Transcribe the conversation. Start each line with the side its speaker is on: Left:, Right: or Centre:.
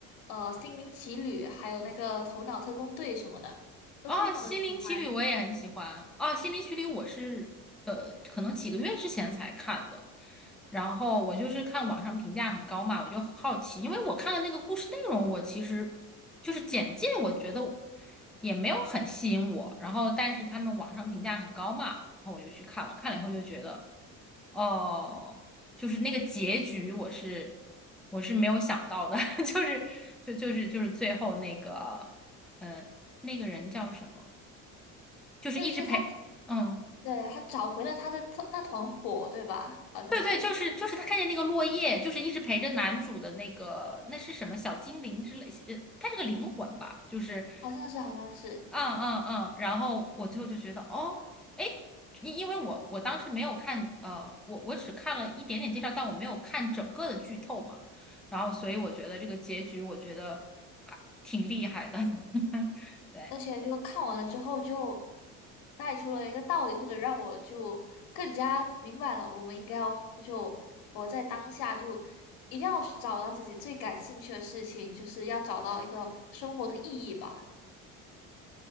Left: 呃，《心灵奇旅》，还有那个《头脑特工队》什么的，都非常的喜欢。
Centre: 哦，《心灵奇旅》我也很喜欢。哦，《心灵奇旅》我是呃，可能几个月之前才看的。然后我就是看网上评价很高嘛，我就很好奇，因为我看的那个故事内容，我其实就是简介，我觉得也没有很吸引我。然后，但是他们网上评价很高嘛，然后我就去看了，看了以后就觉得，哦，就是那个结局，我是我是没有想到的，<laughs> 就是就就是就是最后那个。嗯。那个人叫什么？就是一直陪，
Left: 但是他，
Centre: 嗯，
Left: 对，他找回了他的特那团火，对吧？好像是，
Centre: 对对，就是就是他看见那个落叶，就是一直陪着男主的那个，那是什么小精灵之类，呃，他是个灵魂吧，就是，
Left: 好像是，好像是。
Centre: 嗯嗯嗯，然后我最后就觉得，哦，哎，因因为我我当时没有看，呃，我我只看了一点点介绍，但我没有看整个的剧透嘛，然后所以我觉得这个结局，我觉得还挺厉害的，<laughs> 对。
Left: 而且就看完了之后就带出了一个道理，或者让我就更加明白了，我们应该要就活在当下，就一定要找到自己最感兴趣的事情，就是要找到一个生活的意义吧。